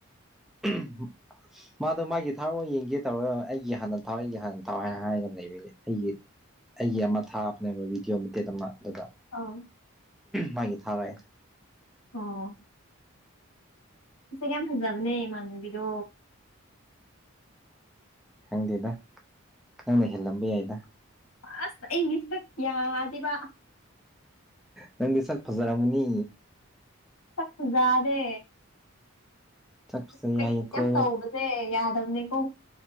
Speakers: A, in the centre; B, on the left (about 85°).
A: <unintelligible> ꯃꯥꯗꯣ ꯃꯥꯒꯤ ꯊꯔꯛꯑꯣ ꯌꯦꯡꯒꯦ ꯇꯧꯔꯒ ꯑꯩꯒꯤ ꯍꯥꯟꯅ ꯊꯥꯎ ꯑꯩꯒꯤ ꯍꯥꯟꯅ ꯊꯥꯎ ꯍꯥꯏꯅ ꯍꯥꯏꯔꯒꯅ ꯂꯩꯕꯩꯅꯦ ꯑꯩꯒꯤ ꯑꯩꯒꯤ ꯑꯃ ꯊꯥꯕꯅꯦꯕ ꯕꯤꯗꯤꯑꯣ ꯃꯇꯦꯛ ꯑꯃ ꯑꯗꯨꯒ
B: ꯑꯥꯎ
A: ꯃꯥꯒꯤ ꯊꯥꯔꯣꯑꯦ
B: ꯑꯣ ꯃꯁꯛ ꯌꯥꯝ ꯐꯖꯕꯅꯦ ꯏꯃꯥꯟꯅꯕꯤꯗꯣ
A: ꯈꯪꯗꯦꯗ ꯅꯪꯅ ꯍꯦꯜꯂꯝꯕ ꯌꯥꯏꯗ
B: ꯑꯁ ꯑꯩꯒꯤ ꯁꯛ ꯌꯥꯗꯦꯕ
A: ꯅꯪꯗꯤ ꯁꯥꯛ ꯐꯖꯔꯝꯒꯅꯤ
B: ꯁꯛ ꯐꯖꯥꯗꯦ
A: ꯁꯛ
B: <unintelligible>
A: ꯐꯖꯩ ꯍꯥꯏꯌꯦꯀꯣ
B: ꯌꯥꯝ ꯇꯧꯕꯁꯦ ꯌꯥꯗꯕꯅꯦꯀꯣ